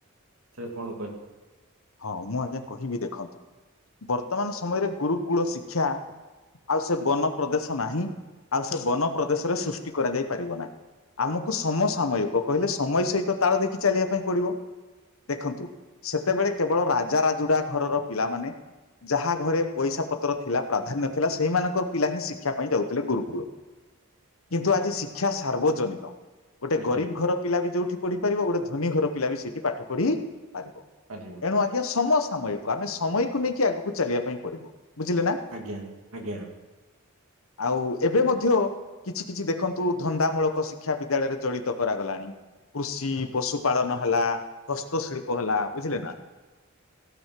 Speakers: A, on the right; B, on the left.
A: ସେ କଣ କହିଲେ?
B: ହଁ ମୁଁ ଆଜ୍ଞା କହିବି ଦେଖନ୍ତୁ ବର୍ତ୍ତମାନ ସମୟରେ ଗୁରୁକୁଳ ଶିକ୍ଷା ଆଉ ସେ ବନ ପ୍ରଦେଶ ନାହିଁ ଆଉ ସେ ବନ ପ୍ରଦେଶରେ ସୃଷ୍ଟି କରାଯାଇ ପାରିବ ନାହିଁ ଆମକୁ ସମସାମୟିକ କହିଲେ ସମୟ ସହିତ ତାଳ ଦେଖି ଚାଲିବା ପାଇଁ ପଡିବ ଦେଖନ୍ତୁ ସେତେବେଳେ କେବଳ ରାଜା ରାଜୁଡା ଘରର ପିଲାମାନୋନ ଯାହା ଘରେ ପଇସା ପତ୍ର ଥିଲା ପ୍ରାଧାନ୍ୟ ଥିଲା ସେଇମାନଙ୍କର ପିଲା ହିଁ ଶିକ୍ଷା ପାଇଁ ଯାଉଥିଲେ ଗୁରୁକୁଳ। କିନ୍ତୁ ଆଜି ଶିକ୍ଷା ସାର୍ବଜନୀନ। ଗୋଟେ
A: ଆଜ୍ଞା
B: ଗରିବ ଘର ପିଲା ବି ଯୋଉଠି ପଢିପାରିବ ଗୋଟେ ଧନୀ ଘର ପିଲା ବି ସେଇଠି ପାଠ ପଢି ପାରିିବ।
A: ପାରିବ
B: ଏଣୁ ଆଜ୍ଞା ସମସାମୟିକ। ଆମେ ସମୟକୁ ନେଇକି ଆଗକୁ ଚାଲିବା ପାଇଁ ପଡିବ। ବୁଝିଲେ ନା।
A: ଆଜ୍ଞା ଆଜ୍ଞା।
B: ଆଉ ଏବେ ମଧ୍ୟ କିଛି କିଛି ଦେଖନ୍ତୁ ଧନ୍ଦାମୂଳକ ଶିକ୍ଷା ବିଦ୍ୟାଳୟରେ ଜଡିତ କରାଗଲାଣି, କୃଷି ପଶୁପାଳନ ହେଲା ହସ୍ତଶିଳ୍ପ ହେଲା ବୁଝିଲେ ନା।